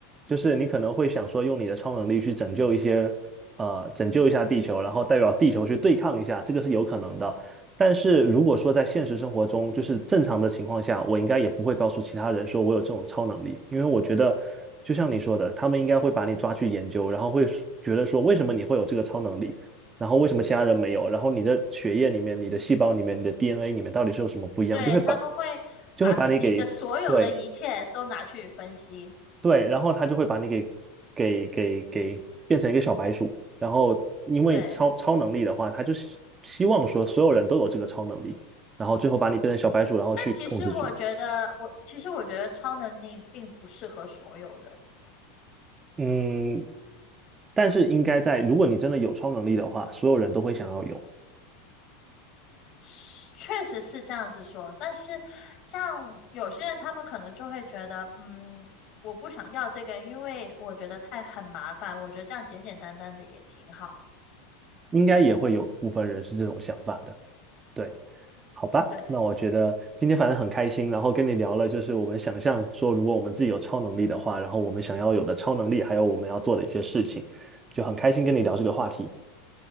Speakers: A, on the right (about 25°); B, on the left (about 50°).
A: 就是你可能会想说，用你的超能力去拯救一些，呃，拯救一下地球，然后代表地球去对抗一下，这个是有可能的。但是如果说在现实生活中，就是正常的情况下，我应该也不会告诉其他人说我有这种超能力，因为我觉得，就像你说的，他们应该会把你抓去研究，然后会觉得说为什么你会有这个超能力，然后为什么其他人没有，然后你的血液里面、你的细胞里面、你的 DNA 里面到底是有什么不一样，
B: 对，
A: 就会把
B: 他们会把你的所有的一切都拿去分析。
A: 就会把你给对。对，然后他就会把你给给给给变成一个小白鼠。然后因为超超能力的话，
B: 对，
A: 他就希希望说所有人都有这个超能力，然后最后把你变成小白鼠，然后去控制住。
B: 但其实我觉得，我其实我觉得超能力并不适合所有人，
A: 嗯，但是应该在，如果你真的有超能力的话，所有人都会想要有，
B: 是确实是这样子说。但是像有些人，他们可能就会觉得，嗯，我不想要这个，因为我觉得太很麻烦。我觉得这样简简单单的也挺好。
A: 应该也会有部分人是这种想法的。对。好吧，
B: 对，
A: 那我觉得今天反正很开心，然后跟你聊了，就是我们想象说，如果我们自己有超能力的话，然后我们想要有的超能力，还有我们要做的一些事情，就很开心跟你聊这个话题，